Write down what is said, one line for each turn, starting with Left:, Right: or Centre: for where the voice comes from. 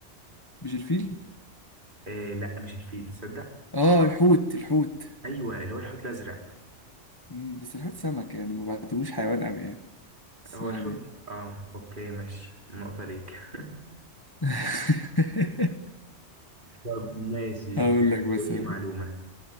Left: مش الفيل
Right: آه لا مش الفيل تصدق
Left: اه الحوت الحوت
Right: ايوه اللي هو الحوت الازرق
Left: مم، بس الحوت سمك يعني ما بعتبوش حيوان قوي يعني بس
Right: هو
Left: يعني
Right: الحوت اه اوكي ماشي نقطة ليك <laughs>
Left: <laughs>
Right: طب ماشي
Left: هقول
Right: آه،
Left: لك مثلا
Right: قول لي معلومة